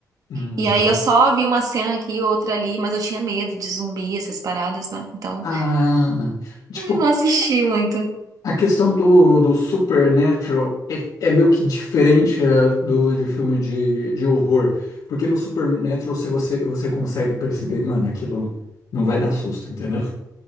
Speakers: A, on the left; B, on the right.
A: uhum.
B: E aí eu só vi uma cena aqui e outra ali, mas eu tinha medo de zumbi, essas paradas, né? Então,
A: Ah, tipo,
B: eu não assisti muito.
A: a questão do, do Supernatural é, é meio que diferente é, do de filme de, de horror. Porque no Supernatural se você, você consegue perceber, mano, aquilo não vai dar susto, entendeu?